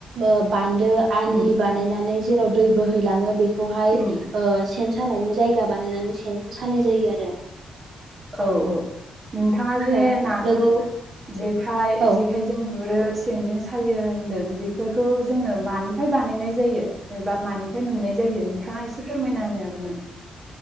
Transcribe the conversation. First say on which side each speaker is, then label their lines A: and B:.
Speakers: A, on the right; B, on the right.
A: ओ बान्दो आलि
B: उम
A: बानायनानै
B: उम
A: जेराव दै बोहैलाङो बेखौ खौ हाय
B: उम
A: ओ सेन‌ सानायनि जाय गा बानायनानै सेनखौ सानाय जायो आरो
B: औ औ नोंथाङा जे
A: ओ
B: नाखौ
A: लोगो
B: जेखाय
A: औ
B: जेखायजों गुरो सेनजों सायो होन्दों बेफोरखौ जोङो मानिफ्राय बानायनाय जायो एबा मानि फ्राय मोननाय जायो नोंथाङा एसे फोरमायना होनो हागोन नामा